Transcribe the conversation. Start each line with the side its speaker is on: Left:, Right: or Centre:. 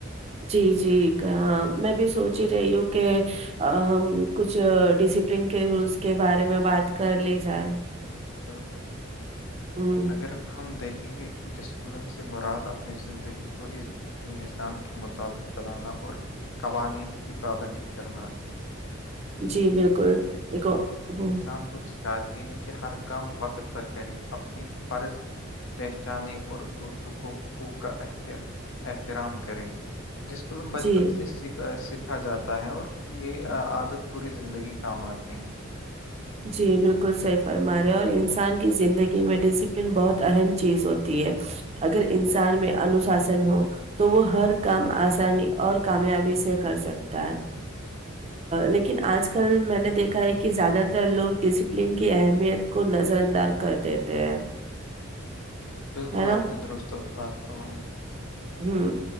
Right: جی جی میں بھی سوچ ہی رہی ہوں کہ ہم کچھ ڈسپلین کے رولس کے بارے میں بات کر لی جائیں
Left: بالکل بالکل
Right: ہ
Left: اگر ہم دیکھیں گے ڈسپ <unintelligible> بلن سے مراد اپنی زندگی کو اس نظام کے مطابق چلانا اور قوانین کی پابندی کرنا ہے
Right: جی بالکل دھو <unintelligible>
Left: سان کچھ <unintelligible> چاہتے ہیں کہ ہر کام وقت پر کرے اپنی فرض پہچانے اور دوسروں کو حقوق کا احترام کرے ڈسپللم بچپن
Right: جی
Left: سے سیکھ <unintelligible> سیکھا جاتا ہے اور یہ عادت پوری زندگی کام آتی ہے
Right: جی بالکل صحیح فرما رہے اور انسان کی زندگی میں ڈسپلن بہت اہم چیز ہوتی ہے اگر انسان میں انوشاسن ہو تو وہ ہر کام آسانی اور کامیابی سے کر سکتا ہے لیکن آج کل میں نے دیکھا ہے کہ زیادہ ت لوگ ڈسپلن کی اہمیت کو نظر اندار کر دیتے ہیں
Left: بالکل
Right: ہے نا
Left: آپ نے درست بات فرمائی
Right: ہوں